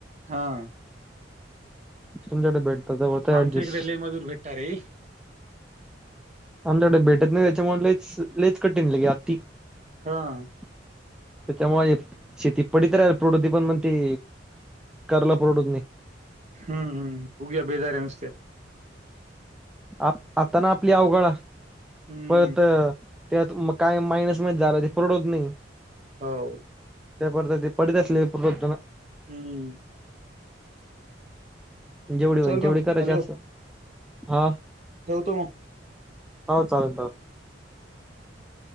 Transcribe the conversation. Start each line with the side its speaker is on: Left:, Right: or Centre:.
Right: हा
Centre: तुमच्याकडे भेटत त होत ऍडजस्ट
Right: आमच्या इकडे लई मजूर भेटणार रे
Centre: आमच्याकड भेटत नाही त्याच्यामुळे लईच लईच कठीण ले आती
Right: ह.
Centre: त्याच्यामुळे शेती पडीत राहिल प्रवरते पण म्हणते. करला प्रवडत नाय.
Right: हम्म हम्म उग्या बेजाऱ्या नुसत्या.
Centre: आ आता ना आपली अवघड हाय
Right: हम्म
Centre: परत त्यात मग काय मायनस मध्ये झाला ते परवडत नाही.
Right: हो.
Centre: <unintelligible>
Right: हम्म.
Centre: जेवढी होईन
Right: चल
Centre: तेवढी
Right: मग
Centre: करायची
Right: हॅलो
Centre: असं हा
Right: ठेवतो म
Centre: हो चालेल चालेल.